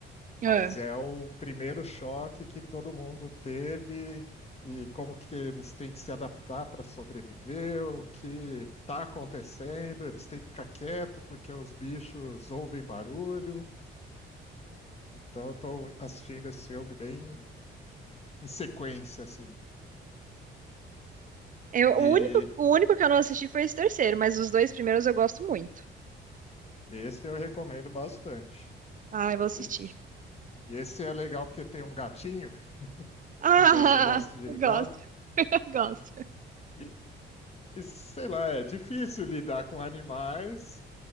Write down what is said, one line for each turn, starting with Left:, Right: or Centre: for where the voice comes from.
Right: É.
Left: Mas é o primeiro choque que todo mundo teve e como que eles têm que se adaptar para sobreviver, o que está acontecendo, eles têm que ficar quieto porque os bichos ouvem barulho. Então eu estou assistindo esse filme bem em sequência, assim.
Right: Eu, o
Left: E
Right: único, o único que eu não assisti foi esse terceiro, mas os dois primeiros eu gosto muito.
Left: esse eu recomendo bastante.
Right: Ah, eu vou assistir.
Left: Esse,
Right: <laughs>
Left: e esse é legal porque tem um gatinho, <laughs>
Right: Ah,
Left: não sei se você gosta de
Right: eu gosto,
Left: gato,
Right: <laughs> eu gosto.
Left: e, e sei lá, é difícil lidar com animais